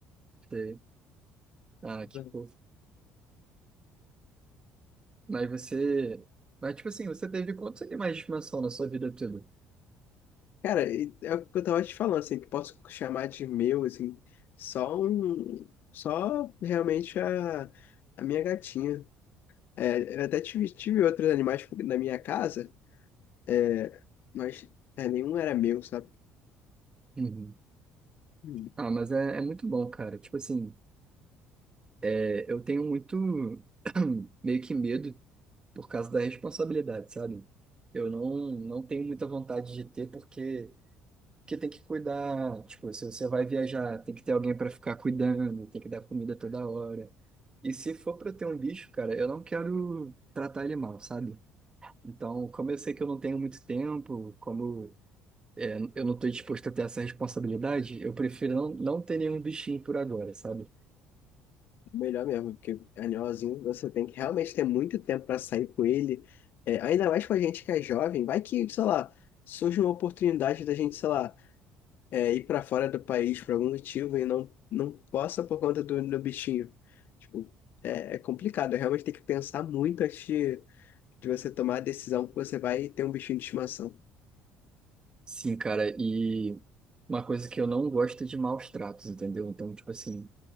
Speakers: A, on the right (about 25°); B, on the left (about 60°).
A: Sei. Ah, que
B: <laughs>
A: fofo. Mas você. Mas, tipo assim, você teve quantos animais de estimação na sua vida toda?
B: Cara, e é o que eu tava te falando, assim, que posso chamar de meu, assim, só um, só realmente a, a minha gatinha. É, eu até tive, tive outros animais tipo, na minha casa, é, mas é, nenhum era meu, sabe?
A: Uhum.
B: Hum,
A: Ah, mas é, é muito bom, cara. Tipo assim, é, eu tenho muito <clears throat> meio que medo por causa da responsabilidade, sabe? Eu não, não tenho muita vontade de ter porque, porque tem que cuidar. Tipo, se você vai viajar, tem que ter alguém para ficar cuidando, tem que dar comida toda hora. E se for para ter um bicho, cara, eu não quero tratar ele mal, sabe? Então, como eu sei que eu não tenho muito tempo, como é, eu não estou disposto a ter essa responsabilidade, eu prefiro não, não ter nenhum bichinho por agora, sabe?
B: Melhor mesmo, porque animalzinho você tem que realmente ter muito tempo para sair com ele. É, ainda mais com a gente que é jovem, vai que, sei lá, surge uma oportunidade da gente, sei lá, é, ir para fora do país por algum motivo e não, não possa por conta do, do bichinho. Tipo, é, é complicado, é realmente tem que pensar muito antes de, de você tomar a decisão que você vai ter um bichinho de estimação.
A: Sim, cara, e uma coisa que eu não gosto é de maus tratos, entendeu? Então, tipo assim,